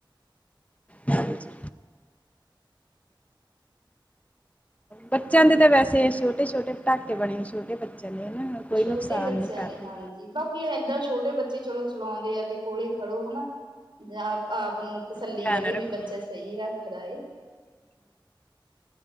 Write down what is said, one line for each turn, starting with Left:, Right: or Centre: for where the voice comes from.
Left: ਹੋਰ <inaudible> ਬੱਚਿਆਂ ਦੇ ਤਾਂ ਵੈਸੇ ਛੋਟੇ ਛੋਟੇ ਪਟਾਕੇ ਬਣੇ ਛੋਟੇ ਬੱਚਿਆਂ ਦੇ ਹਨਾ ਕੋਈ
Right: ਛੋਟੇ
Left: ਨੁਕਸਾਨ
Right: ਬੱਚਿਆਂ
Left: ਨਹੀਂ ਕਰਦੇ।
Right: ਨੇ ਹਾਂਜੀ ਬਾਕੀ ਏਦਾਂ ਛੋਟੇ ਬੱਚੇ ਚਲੋ ਚਲਾਉਂਦੇ ਆ ਤੇ ਕੋਲੇ ਖੜੋ ਹਨਾ ਜਾਂ ਆਪ ਨੂੰ ਤਸੱਲੀ
Left: ਧਿਆਨ
Right: ਰਵੇ ਵੀ
Left: ਰੱਖੋ।
Right: ਬੱਚਾ ਸਹੀ ਰੱਖਦਾ ਏ